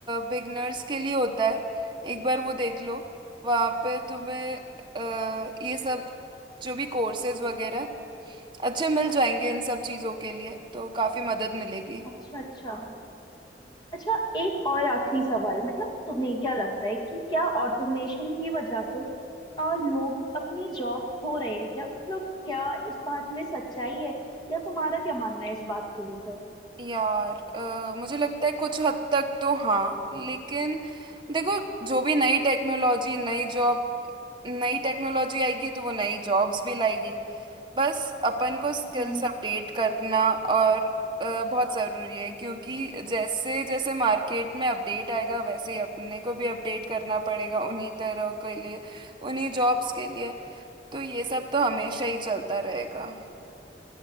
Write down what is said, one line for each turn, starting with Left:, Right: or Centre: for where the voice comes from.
Right: beginners के लिए होता है एक बार वो देख लो वहाँ पे तुम्हें अ, ये सब जो भी कोर्सेज वगैरह अच्छे मिल जाएंगे इन सब चीजों के लिए तो काफी मदद मिलेगी
Left: अच्छा अच्छा अच्छा एक और आखिरी सवाल मतलब तुम्हें क्या लगता है कि क्या ऑटोमेशन की वजह से आ, लोग अपनी जॉब खो रहे हैं क्या मतलब क्या इस बात में सच्चाई है या तुम्हारा क्या मानना है इस बात को लेकर
Right: यार अ, मुझे लगता है कुछ हद तक तो हाँ लेकिन देखो जो भी नई टेक्नोलॉजी नई जॉब नई टेक्नोलॉजी आएगी तो वो नई जॉब्स भी लाएगी बस अपन को स्किल्स
Left: हम्म,
Right: अपडेट करना और अ, बहुत ज़रूरी है क्योंकि जैसे जैसे मार्केट में अपडेट आएगा वैसे ही अपने को भी अपडेट करना पड़ेगा उन्हीं तरह के लिए उन्हीं जॉब्स के लिए तो ये सब तो हमेशा ही चलता रहेगा